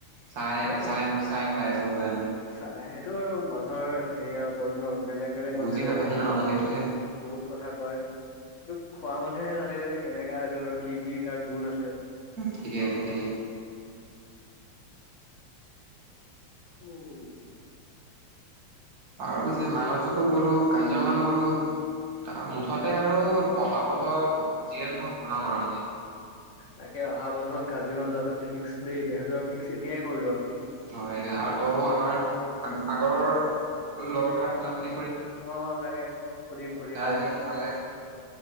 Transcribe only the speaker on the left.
সেই
চাই সেইটো আৰু মানুহৰ হেৰিয়াৰ ওপৰত ন বেলেগ বেলেগ মানুহে
বেলেগ
বেলেগ
বহুত কথা কয় এইটো খোৱা মানুহ নিজে হে জানিব এ কেনেকা সেইটো আৰু কি কি তাৰ গুণ আছে
উম।
তাকে অহা বন্ধত কাজিৰঙা যোৱাটো ফিক্স দেই তেতিয়ো আৰু ফিক্সে এতিয়াই কৰিলো আৰু
অ লাগে লাগে অ সুধিম সুধিম
দে